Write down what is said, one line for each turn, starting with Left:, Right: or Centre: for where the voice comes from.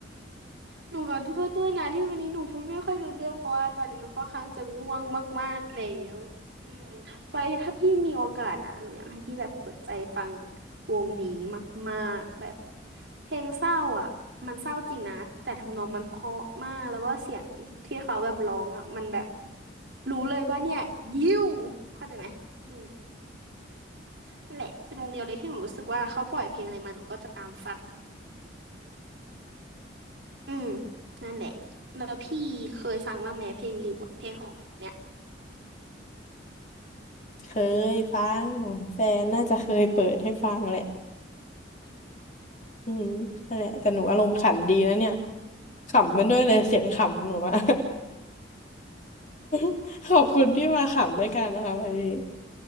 Right: หนูขอโทษด้วยนะที่วันนี้หนูพูดไม่ค่อยรู้เรื่องเพราะว่าตอนนี้มันค่อนข้างจะง่วงมากๆแล้วอืมไว้ถ้าพี่มีโอกาสนะหนูอยากให้พี่แบบเปิดใจฟังวงนี้มากๆแบบเพลงเศร้าอ่ะมันเศร้าจริงนะแต่ทำนองมันเพราะมากแล้วก็เสียงที่เขาแบบร้องอ่ะมันแบบรู้เลยว่าเนี่ยยิ้วเข้าใจไหมอืมนั่นแหละเป็นวงเดียวเลยที่หนูรู้สึกว่าเขาปล่อยเพลงอะไรมาหนูก็จะตามฟัง อืมนั่นแหละแล้วพี่เคยฟังบ้างไหมเพลงริวอะเพลงของเนี่ย
Left: เคยฟังแฟนน่าจะเคยเปิดให้ฟังแหละอืมนั่นแหละแต่หนูอารมณ์ขันดีแล้วเนี่ยขำมันด้วยเลยเสียงขำหนูอะ <laughs> ขอบคุณที่มาขำด้วยกันนะคะวันนี้